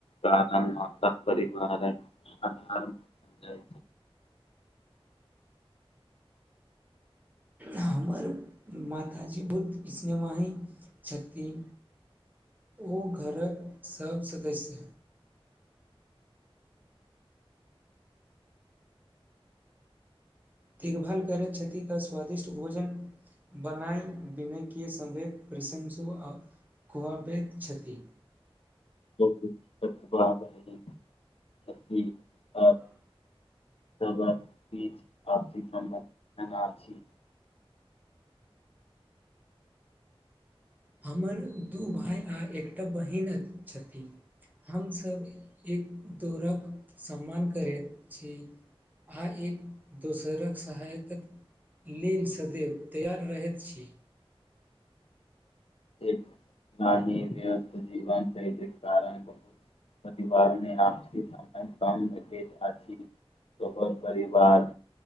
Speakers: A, on the left (about 70°); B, on the right (about 15°).
A: का त परिवारक जाइ
B: हमर माताजी बहुत निमाहय छथिन ओ घरक सब सदस्य देखभाल करैत छथि क स्वादिष्ट भोजन बनाई विनय किऐ संवेद प्रशंसो आ खुआबैत छथि
A: ब भ <unintelligible>
B: ह <unintelligible>
A: सबक बीच आर्थिक सम्बन्ध बना छी
B: हमर दू भाई आ एकटा बहिन छथिन हमसभ एक दौड़क सम्मान करैत छी आ एक <unintelligible> दोसरक सहायताक लेल सदैव तैयार रहैत छी
A: एक नाही व्यस्त जीवन शैलिक कारण परिवारमे आपसी समय कम भेटैत अछि तकर परिवार